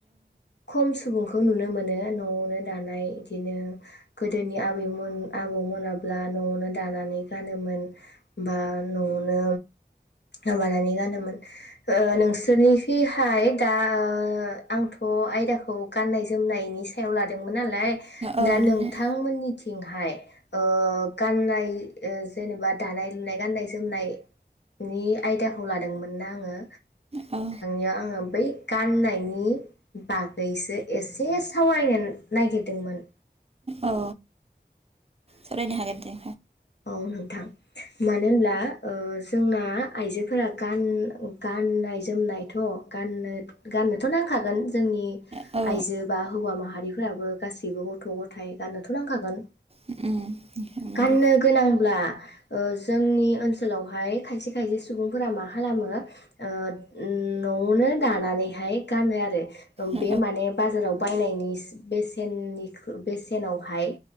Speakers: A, on the left; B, on the right.
A: खम सुबुंखौ नुनो मोनो न'वावनो दानाय इदिनो गोदोनि आबैमोन आबौ मोनाब्ला न'वावनो दानानै गानोमोन बा न'वावनो माबानानै गानोमोन ओ नोंसोरनि बैहाय दा ओ आंथ आयदाखौ गाननाय जोमनायनि सायाव लादों मोन नालाय
B: औ
A: दा
B: नोंथां
A: नोंथांमोननिथिंहाय ओ गाननाय जेनेबा दानाय लुनाय गाननाय जोमनायनि आयदाखौ लादोंमोन ना आङो
B: औ
A: या आङो बै गाननायनि बागैसो एसे सावरायनो नागिरदोंमोन
B: औ सायनो हागोन दे
A: औ नोंथां मानो होनब्ला जोंना आइजोफोरा गान गाननाय जोमनायथ गाननो गाननोथ नांखागोन जोंनि
B: औ औ
A: आइजो बा हौवा माहारिफोराबो गासैबो गैबो गथ' गथाय गाननोथ नांखागोन
B: उम नंगौ
A: गाननो अब्ला जोंनि ओनसोलावहाय खायसे खायसे सुबुंफोरा मा खालामो ओ उम न'आवनो दानानैहाय गानो आरो ओ
B: औ
A: बे माने बाजाराव बायनायनि बेसेननि खो बेसेनावहाय